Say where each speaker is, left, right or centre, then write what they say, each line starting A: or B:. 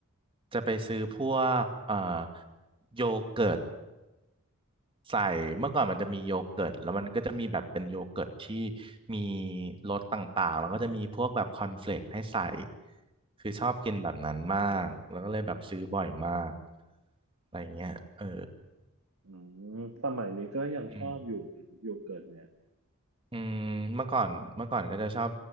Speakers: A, on the right; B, on the right.
A: จะไปซื้อพวกเอ่อโยเกิร์ตใส่เมื่อก่อนมันจะมีโยเกิร์ตแล้วมันก็จะมีแบบเป็นโยเกิร์ตที่มีรสต่างๆแล้วก็จะมีพวกแบบคอนเฟลกให้ใส่คือชอบกินแบบนั้นมากแล้วก็เลยแบบซื้อบ่อยมากอะไรเงี้ยเออ
B: อืมสมัยนี้ก็ยังชอบอยู่นะโยเกิร์ตเนี่ย
A: อืม อืมเมื่อก่อนเมื่อก่อนก็จะชอบ